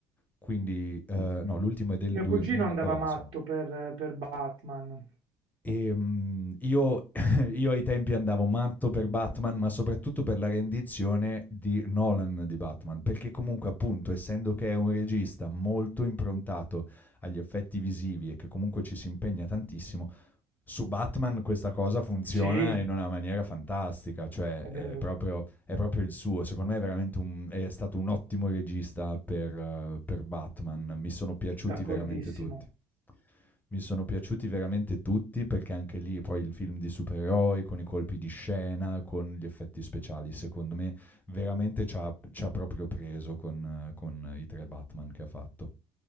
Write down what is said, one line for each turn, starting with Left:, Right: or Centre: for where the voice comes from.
Left: Quindi, ehm,
Right: Mm.
Left: no, l'ultimo è del
Right: Mio
Left: 2000
Right: cugino andava
Left: vabbè
Right: matto
Left: insomma.
Right: per, per Batman.
Left: Ehm, io <laughs> io ai tempi andavo matto per Batman, ma soprattutto per la rendizione di Nolan di Batman, perché comunque appunto, essendo che è un regista molto improntato agli effetti visivi e che comunque ci si impegna tantissimo su Batman questa cosa funziona
Right: Sì,
Left: in una maniera fantastica, cioè
Right: è
Left: è
Right: vero,
Left: proprio, è proprio il suo, secondo me è veramente un, è stato un ottimo regista per, eh, per Batman, mi sono piaciuti
Right: d'accordissimo.
Left: veramente tutti. Mi sono piaciuti veramente tutti perché anche lì poi il film di supereroi con i colpi di scena, con gli effetti speciali, secondo me veramente ci ha, ci ha proprio preso con, eh, con i tre Batman che ha fatto.